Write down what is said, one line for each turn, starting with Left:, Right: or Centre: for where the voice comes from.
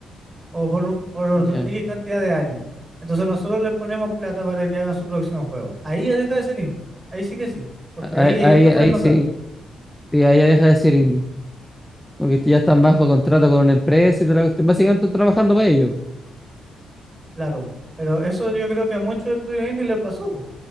Right: o por, por
Centre: Ya.
Right: X cantidad de años. Entonces nosotros le ponemos plata para que hagan su próximo juego. Ahí ya deja de ser indie. Ahí sí que sí, porque
Centre: Ahí,
Right: ahí ellos
Centre: ahí-
Right: están
Centre: ahí
Right: poniendo
Centre: sí,
Right: plata.
Centre: sí, ahí ya deja de ser indie. Porque ya están bajo contrato con una empresa y toda la cuestión. Básicamente están trabajando para ellos.
Right: Claro, pero eso yo creo que a muchos estudios indie les pasó, po,